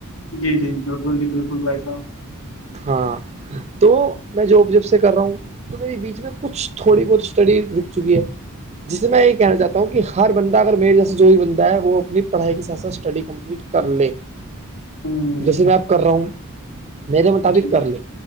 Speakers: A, on the left (about 65°); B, on the right (about 30°).
A: جی جی بالکل جی بالکل بھائی صاحب
B: ہاں تو میں جاب جب سے کر رہا ہوں تو میے بیچ میں کچھ تھوڑی بہت اسٹڈی رک چکی ہے جس سے میں یہ کہنا چاہتا ہوں کیونکہ ہر بندہ اگر میرے جیسے جو بھی بندہ ہے وہ اپنی پڑھائی کے ساتھ ساتھ اسٹڈی کمپلیٹ کر لے
A: ہوں
B: جیسے میں اب کر رہا ہوں میرے مطابق
A: جی
B: کر لیں